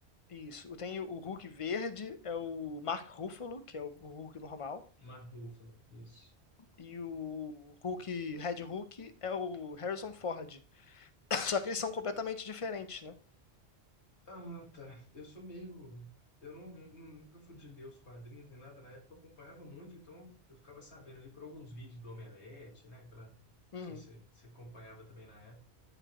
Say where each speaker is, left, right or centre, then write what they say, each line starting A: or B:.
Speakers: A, on the left; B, on the left.
A: Isso. Tem o Hulk verde, é o Mark Ruffalo, que é o o Hulk normal.
B: Mark Ruffalo, isso.
A: E o Hulk, Red Hulk, é o Harrison Ford. <coughs> Só que eles são completamente diferentes, né?
B: Ah, tá. Eu sou meio. Eu não, nu- nu- nunca fui de ler os quadrinhos nem nada. Na época eu acompanhava muito, então eu ficava sabendo ali por alguns vídeos do Omelete, né? Aquela... Não
A: Uhum.
B: sei se você você acompanhava também na época.